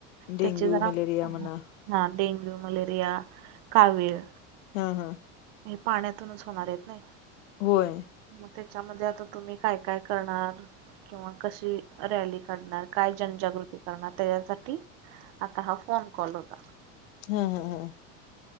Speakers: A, on the right; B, on the left.
A: त्याचे
B: डेंगू,
A: जरा
B: मलेरिया म्हणा
A: हा डेंग्यू, मलेरिया, कावीळ.
B: हा हा.
A: हे पाण्यातूनच होणार आहेतना?
B: होय.
A: मग त्याच्यामध्ये आता तुम्ही काय, काय करणारं? किंवा कशी रॅली काढणार, काय जनजागृती करणार त्याच्यासाठी. आता हा फोन कॉल होता.
B: हा हा हा.